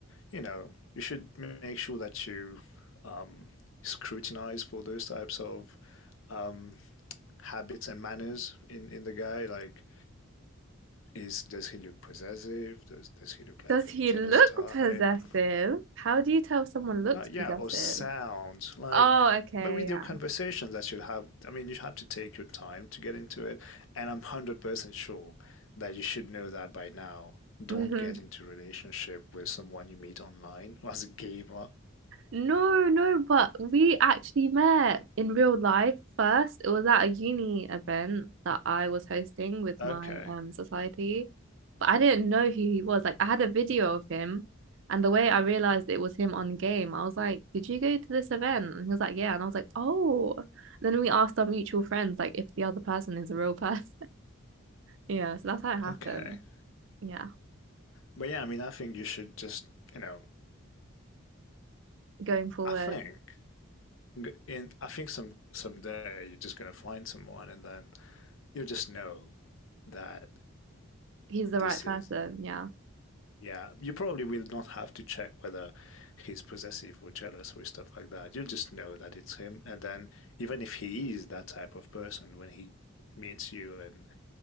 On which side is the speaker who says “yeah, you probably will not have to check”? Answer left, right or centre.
Left